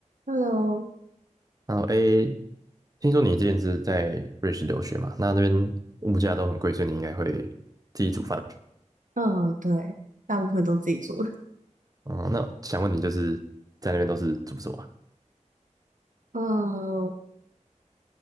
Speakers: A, on the right; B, on the right.
A: Hello，
B: 然后 a 听说你之前是在瑞士留学嘛？那那边物价都很贵，所以你应该会自己煮饭吧？
A: 呃，对，大部分都自己做。
B: 哦，那想问你，就是在那边都是煮什么啊？
A: 嗯，